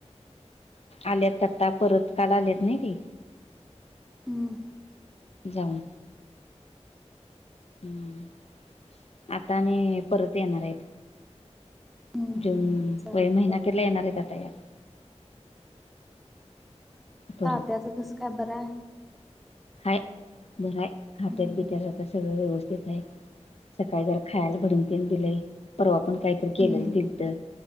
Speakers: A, on the left (about 60°); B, in the centre.
A: आल्यात आता परत काला आल्यात नाही ती
B: हम्म.
A: जाऊन. हूं आता आणि परत येणार आहेत.
B: हम्म हम्म
A: जून
B: चालतंय.
A: व महिना अखेरला येणार आहे आता या. परत
B: तात्याचं कसं काय बरं आहे.
A: हाय घरय
B: हाय?
A: हातत बित्यात राहता सगळं व्यवस्थित आहे सकाळी जरा खायला भाडंग दिलेय परवा पण काहीतरी केले
B: हम्म.
A: दिल तर